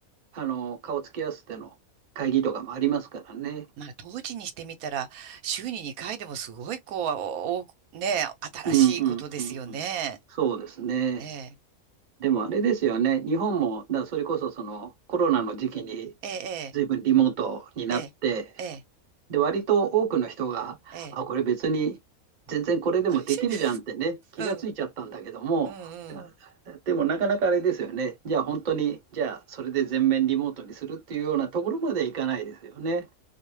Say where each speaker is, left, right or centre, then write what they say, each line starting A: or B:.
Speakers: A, on the right; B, on the right.
A: あの、顔つき合わせての会議とかもありますからね。
B: まあ当時にしてみたら週に2回でもすごいこう、おねえ、新しいことですよね。
A: うんうんうんうん。そうですね。
B: ええ。
A: でもあれですよね、日本も、だからそれこそそのコロナの時期に、
B: ええ、
A: 随分リモートになって、
B: ええ、ええ、え
A: で、割と多くの人が、
B: え。ええ
A: あ、これ別に全然これでもできるじゃんってね、
B: <laughs>
A: 気がついちゃったんだけども、
B: うん、うん、うん。
A: だでもなかなかあれですよね。じゃあ本当に、じゃあそれで全面リモートにするっていうようなところまでいかないですよね。